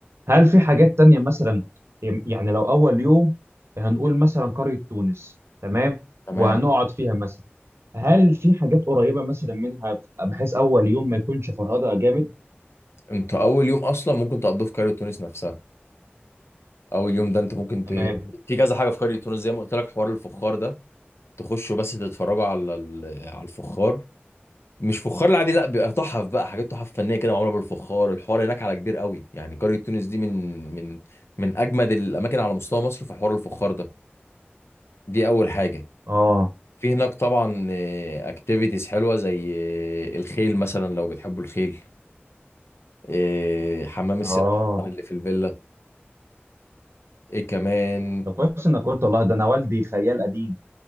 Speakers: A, on the right; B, on the left.
A: هل في حاجات تانية مثلا يعني لو اول يوم هنقول مثلا قرية تونس تمام
B: تمام
A: وهنقعد فيها مثلا هل في حاجات قريبة مثلا منها بحيث اول يوم ما يكونش فرهدة جامد
B: انتوا اول يوم اصلا ممكن تقضوه في قريه تونس نفسها اول يوم ده انت ممكن ت...
A: تمام
B: في كذا حاجه في قريه تونس زي ما قلت لك حوار الفخار ده تخشوا بس تتفرجوا على ال- على الفخار مش فخار العادي لا بيبقى تحف بقى حاجات تحف فنيه كده معموله بالفخار الحوار هناك على كبير قوي يعني قريه تونس دي من من من اجمد الاماكن على مستوى مصر في حوار الفخار ده دي اول حاجه
A: اه
B: في هناك طبعا اكتيفيتيز حلوه زي آه، الخيل مثلا لو بتحبوا الخيل آه، حمام السباحه
A: اه
B: طبعاً اللي في الفيلا ايه كمان
A: طب كويس انك قلت والله ده انا والدي خيال قديم